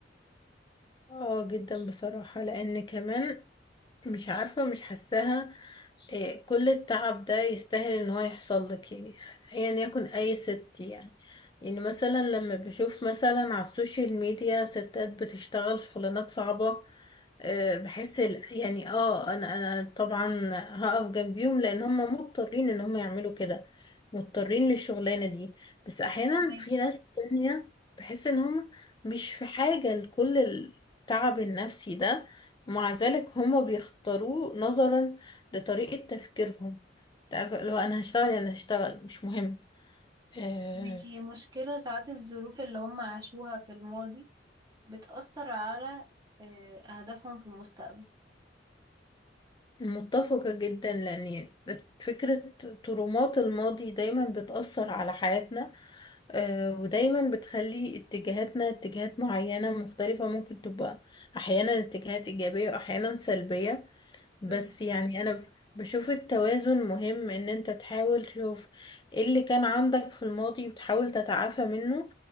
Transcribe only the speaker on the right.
فاهماكي
فاهماكي. هي مشكله ساعات الظروف اللي هم عاشوها في الماضي بتاثر على آه، اهدافهم في المستقبل
بس